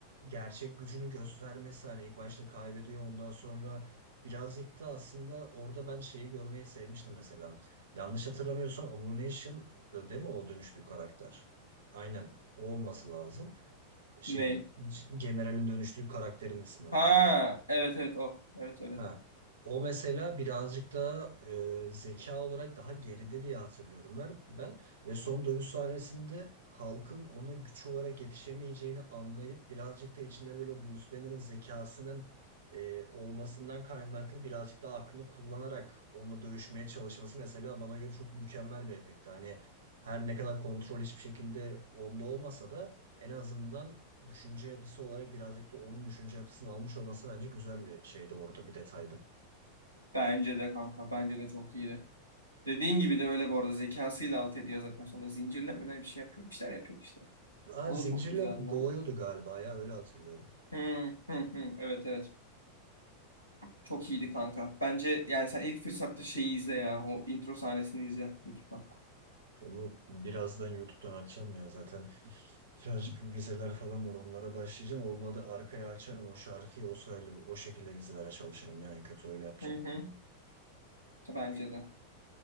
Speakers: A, on the right; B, on the right.
A: gerçek gücünü göstermesi hani ilk başta kaybediyor ondan sonra birazcık da aslında orada ben şeyi görmeyi sevmiştim mesela. Yanlış hatırlamıyorsam Abomination değil mi o dönüştüğü karakter? Aynen. O olması lazım. Şeyin
B: Ney?
A: generalin dönüştüğü karakterin ismi.
B: Ha, evet evet o. Evet öyle.
A: Ha. O mesela birazcık daha e, zeka olarak daha geride diye hatırlıyorum ben, ben. Ve son dövüş sahnesinde halkın ona güç olarak yetişemeyeceğini anlayıp birazcık da içinde böyle o Bruce Banner'ın zekasının e, olmasından kaynaklı birazcık daha aklını kullanarak onunla dövüşmeye çalışması mesela bana göre çok mükemmel bir efekti. Hani her ne kadar kontrol hiçbir şekilde onda olmasa da en azından düşünce yapısı olarak birazcık da onun düşünce yapısını almış olması bence güzel bir şeydi orada bir detaydı.
B: Bence de kanka bence de çok iyiydi. Dediğin gibi de öyle bu arada zekasıyla alt ediyor zaten sonra zincirlemeden bir şey yapıyor. Bir şeyler yapıyor işte.
A: Aa,
B: O
A: zincirle
B: da çok güzeldi.
A: boğuyordu galiba ya öyle hatırlıyorum.
B: Hı, hı, hı. Evet evet. Çok iyiydi kanka. Bence yani sen ilk fırsatta şeyi izle ya. O intro sahnesini izle YouTube'dan.
A: Onu birazdan YouTube'dan açacağım ya zaten. Birazcık bir vizeler falan var onlara başlayacağım. Olmadı arkaya açarım o şarkıyı o sırayla o şekilde vizelere çalışırım yani kötü öyle yapacağım.
B: Hı hı. Bence de.